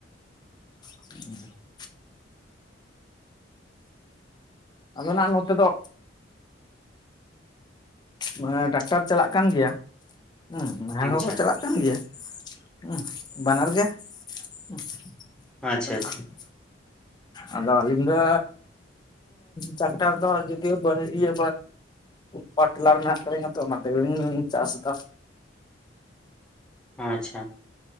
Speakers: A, on the left; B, in the centre.
A: <inaudible> ᱟᱫᱚ ᱱᱟᱜ ᱱᱚᱛᱮ ᱫᱚ ᱢᱟᱱᱮ ᱴᱟᱠᱴᱟᱨ ᱪᱟᱞᱟᱜ ᱠᱟᱱ ᱜᱮᱭᱟ, ᱦᱩᱸ ᱱᱟᱦᱮᱞ
B: ᱟᱪᱪᱷᱟ
A: ᱦᱚᱸᱠᱚ ᱪᱟᱞᱟᱜ- ᱠᱟᱱ ᱜᱮᱭᱟ, ᱦᱩ ᱵᱟᱱᱟᱨ ᱜᱮ᱾ <unintelligible>
B: ᱟᱪᱪᱷᱟ ᱟᱪᱪᱷᱟ
A: ᱟᱫᱚ ᱟᱹᱞᱤᱧ ᱫᱚ ᱴᱨᱟᱠᱴᱟᱨ ᱫᱚ ᱡᱩᱫᱤ ᱚ ᱤᱭᱟᱹ ᱯᱟᱣᱟᱨᱴᱤᱞᱟᱨ ᱢᱮᱱᱟᱜ ᱛᱟᱞᱤᱧᱟ ᱛᱚ ᱚᱱᱟ ᱛᱮᱜᱮᱞᱤᱧ ᱪᱟᱥ ᱫᱟ᱾
B: ᱟᱪᱪᱷᱟ,